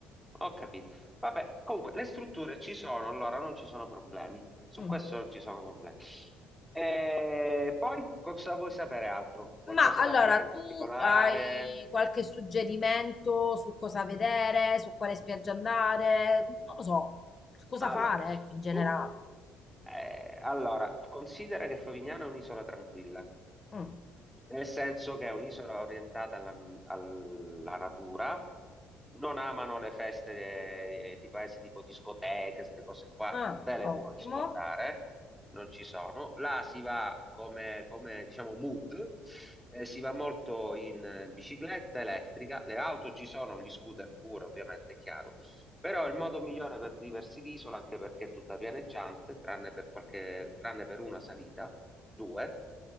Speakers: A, in the centre; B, on the left (about 30°).
A: ho capito. Vabbè, comunque le strutture ci sono, allora non ci sono problemi. Su
B: Mm.
A: questo non ci sono problemi. E poi cosa vuoi sapere altro? Qualcosa
B: Ma allora,
A: da vedere
B: tu
A: in particolare?
B: hai qualche suggerimento su cosa vedere, su quale spiaggia andare? Non lo so, su cosa
A: Allora,
B: fare, ecco, in generale.
A: tu, eh, allora, considera che Favignana è un'isola tranquilla.
B: Mm.
A: nel senso che è un'isola orientata alla, alla natura, non amano le feste eh, tipo, eh, tipo discoteche, queste cose qua,
B: Ah,
A: te le
B: ottimo.
A: puoi scordare, non ci sono. Là si va come, come, diciamo mood, eh, si va molto in eh, bicicletta elettrica, le auto ci sono, gli scooter pure, ovviamente, è chiaro. Però il modo migliore per viversi l'isola, anche perché è tutta pianeggiante, tranne per qualche, tranne per una salita, due,